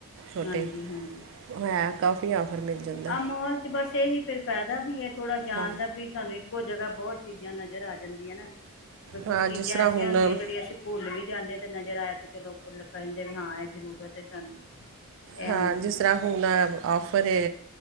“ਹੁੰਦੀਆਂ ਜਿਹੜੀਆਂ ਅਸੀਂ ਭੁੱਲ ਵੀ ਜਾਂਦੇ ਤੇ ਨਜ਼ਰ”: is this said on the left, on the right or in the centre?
Left